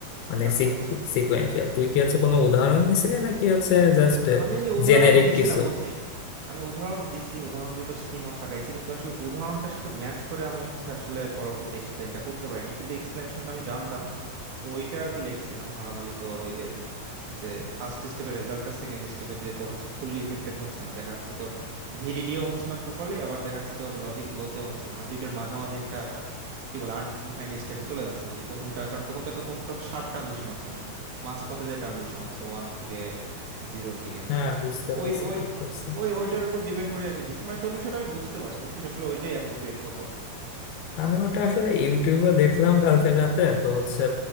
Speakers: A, on the left (about 80°); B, on the right (about 75°).
A: মানে
B: আচ্ছা আচ্ছা
A: সিকুয়েন্সিয়াল তুই কি হচ্ছে কোনো উদাহরণ দিছিলি নাকি হচ্ছে জাস্ট
B: আমি উদাহরণ
A: জেনেরিক
B: দিছিলাম
A: কিছু
B: বুঝছিস আমি উদাহরণ দিছি উদাহরণ দিয়ে তোর সিমও সাকাইছি কিন্তু আসলে উদাহরণটার সাথে ম্যাচ করে আমি হচ্ছে আসলে পরবর্তীতে এক্সপ্লেনটা করতে পারিনি কিন্তু এক্সপ্লেনেশনটা আমি জানতাম তো ওইটা আর কি লিখছিলাম নর্মালি তোর ওই যে যে ফার্স্ট স্টেপের রেজাল্টটা সেকেন্ড স্টেপে যে তোর হচ্ছে ফুললি ইফেক্টেড হচ্ছে না দেখা যাচ্ছে তোর ভিডিডিও হচ্ছে না প্রপারলি আবার দেখা যাচ্ছে তোর লজিক লোতেও হচ্ছে না মানে দুইটার মাঝামাঝি একটা কি বলে আনডিফাইন্ড স্টেটে চলে যাচ্ছে যদি প্রথমটা কারণ প্রথমটা তো তোর তোর শার্প ট্রানজিশন হচ্ছে না মাঝপথে যে ট্রানজিশন হচ্ছে ওয়ান থেকে জিরোর দিকে
A: হ্যাঁ বুঝতে
B: তো
A: পারছি
B: ওই ওই
A: কি করছিস
B: ওই ওইটার উপর ডিপেন্ড করে আর কি দিচ্ছি মানে তোর বিষয়টা আমি বুঝতে পারছি বুঝছিস আসলে ওইটাই অ্যাপ্রোপ্রিয়েট হতো
A: আমি ওটা আসলে ইউটিউবে দেখলাম কালকে রাতে তো হচ্ছে